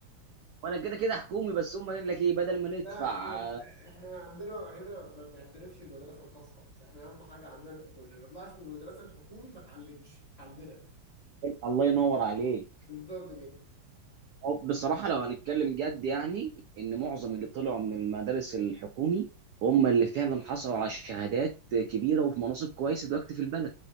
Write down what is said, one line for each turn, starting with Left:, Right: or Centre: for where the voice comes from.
Right: وانا كده كده حكومي بس هم قال لك ايه بدل ما ندفع
Left: لا احنا احنا عندنا هنا ما بنعترفش بالمدرسه الخاصه خالص احنا اهم حاجه عندنا الحكومه اللي ما طلعش من المدرسه الحكومي ما اتعلمش عندنا
Right: الله ينور عليك
Left: بالظبط كده
Right: هو بصراحة لو هنتكلم جد يعني إن معظم اللي طلعوا من المدارس الحكومي هم اللي فعلا حصلوا على شهادات كبيرة وفي مناصب كويسة دلوقتي في البلد